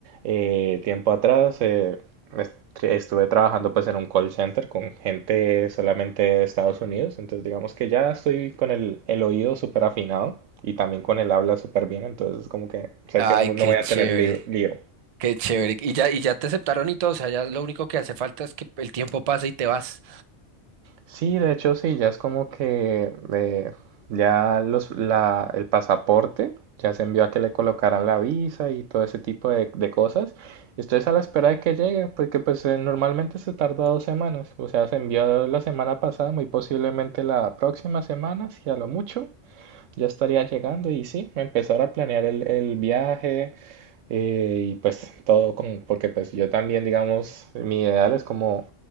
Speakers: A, on the right (about 85°); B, on the right (about 55°).
A: eh, tiempo atrás eh, est- estuve trabajando pues en un call center con gente solamente de Estados Unidos, entonces digamos que ya estoy con el, el oído súper afinado y también con el habla súper bien, entonces como que sé
B: Ay,
A: que no,
B: qué
A: no voy
B: chévere,
A: a tener li- lío.
B: qué chévere. Y ya, y ya te aceptaron y todo, o sea, ya lo único que hace falta es que el tiempo pase y te vas.
A: Sí, de hecho sí, ya es como que eh, ya los, la, el pasaporte ya se envió a que le colocaran la visa y todo ese tipo de, de cosas. Estoy a la espera de que llegue, porque pues eh, normalmente se tarda dos semanas. O sea, se envió la semana pasada, muy posiblemente la próxima semana, si a lo mucho ya estaría llegando y sí, empezar a planear el, el viaje eh, y pues todo con, porque pues yo también, digamos, mi ideal es como